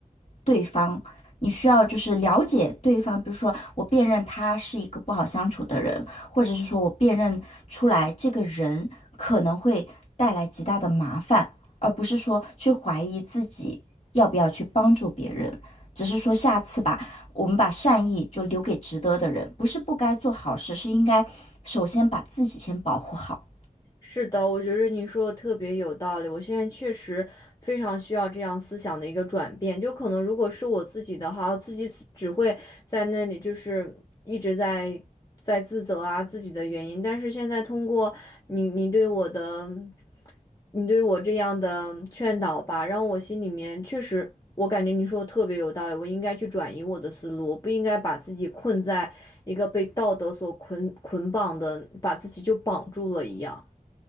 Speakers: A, on the left (about 50°); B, on the left (about 25°).
A: 对方，你需要就是了解对方，比如说我辨认他是一个不好相处的人，或者是说我辨认出来这个人可能会带来极大的麻烦，而不是说去怀疑自己要不要去帮助别人。只是说下次吧，我们把善意就留给值得的人，不是不该做好事，是应该首先把自己先保护好。
B: 是的，我觉得你说的特别有道理。我现在确实非常需要这样思想的一个转变。就可能如果是我自己的话，我自己只只会在那里就是一直在在自责啊自己的原因。但是现在通过你你对我的你对我这样的劝导吧，让我心里面确实，我感觉你说的特别有道理，我应该去转移我的思路，我不应该把自己困在一个被道德所捆捆绑的，把自己就绑住了一样。